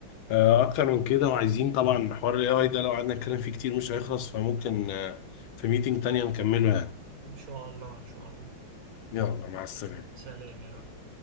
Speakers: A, on the left; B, on the right.
A: آه، اكتر من كده وعايزين طبعا حوار الاي اي ده لو قعدنا نتكلم فيه كتير مش هيخلص فممكن آه، في ميتنج تانية نكمله يعني
B: ان شاء الله ان شاء الله
A: يلا مع السلامه
B: سلام يا لؤي.